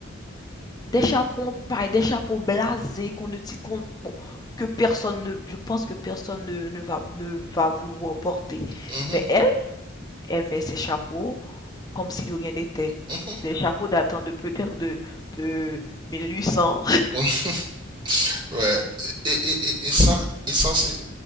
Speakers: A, on the left; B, on the right.
A: Des chapeaux pareil des chapeaux blasés qu'on ne t- qu'on- bon, que personne ne, je pense que personne ne, ne va, ne va vouloir porter.
B: Mhm,
A: Mais elle, elle met ses chapeaux comme si de rien n'était.
B: mhm,
A: Des chapeaux datant de peut-être de, de 1800.
B: mhm. <laughs> Ouais. Et, et, et, et ça, et ça c'est